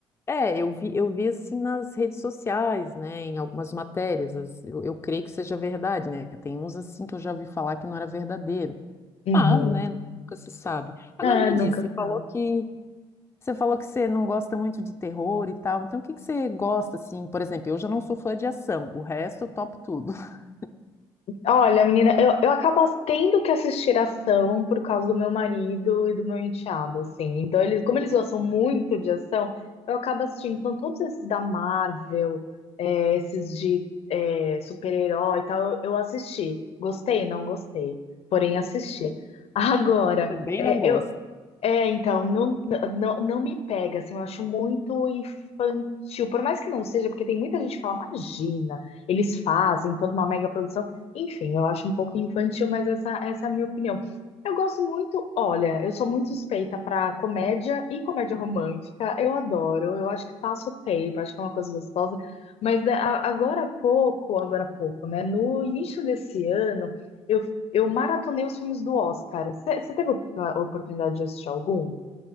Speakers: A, on the left; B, on the left.
A: É, eu vi, eu vi assim nas redes sociais, né, em algumas matérias, as- eu, eu creio que seja verdade, né? Tem uns assim que eu já ouvi falar que não era verdadeiro,
B: Uhum.
A: mas, né, nunca se sabe. Agora
B: É,
A: me
B: nunca
A: diz, você falou
B: sabe.
A: que você falou que você não gosta muito de terror e tal, então o que que você gosta assim? Por exemplo, eu já não sou fã de ação, o resto eu topo tudo. <laughs>
B: Olha, menina, eu, eu acabo tendo que assistir ação por causa do meu marido e do meu enteado, assim. Então, eles, como eles gostam muito de ação, eu acabo assistindo. Então, todos esses da Marvel, é, esses de é, super-herói e tal, eu, eu assisti. Gostei, não gostei, porém assisti. Agora,
A: Também
B: é,
A: não gosto.
B: é, então, não, não, não me pega, assim, eu acho muito infantil, por mais que não seja, porque tem muita gente que fala, imagina, eles fazem toda uma mega produção, enfim, eu acho um pouco infantil, mas essa, essa é a minha opinião. Eu gosto muito, olha, eu sou muito suspeita pra comédia e comédia romântica, eu adoro, eu acho que passa o tempo, acho que é uma coisa gostosa, mas da- a- agora há pouco, agora há pouco, né, no início desse ano, eu eu maratonei os filmes do Oscar. Você teve a oportun- a oportunidade de assistir algum?